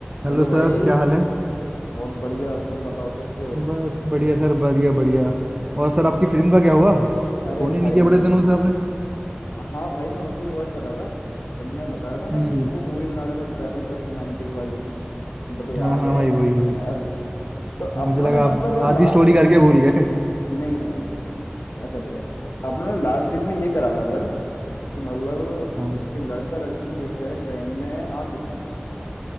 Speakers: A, on the right; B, on the left.
A: Hello
B: Hello
A: sir
B: भाई
A: क्या हाल है
B: बहुत बढ़िया तुम बताओ कैसे हो
A: बस बढ़िया सर बढ़िया बढ़िया और सर आपकी फिल्म का क्या हुआ
B: अरे
A: फोन ही
B: भाई
A: नहीं किया बड़े दिनों से आपने
B: हाँ भाई मैं उसी पे वर्क कर रहा था तुमने बताया था ना
A: हम्म
B: कि वो मूवी बना रहे हो ट्रैवल प्लस रोमांटिक वाली मेरे को याद
A: हाँ हाँ
B: है
A: भाई
B: ऐसा
A: वही
B: नहीं
A: वही
B: है यार तो अपनों
A: मुझे लगा
B: ने मतलब
A: आप आधी
B: लास्ट
A: स्टोरी
B: सीन
A: करके
B: में
A: भूल गए
B: नहीं नहीं नहीं नहीं ऐसा नहीं है अपनों ने लास्ट सीन में ये करा था सर कि मतलब
A: हाँ बत
B: कि लड़का लड़की जो है ट्रेन में आ चुके हैं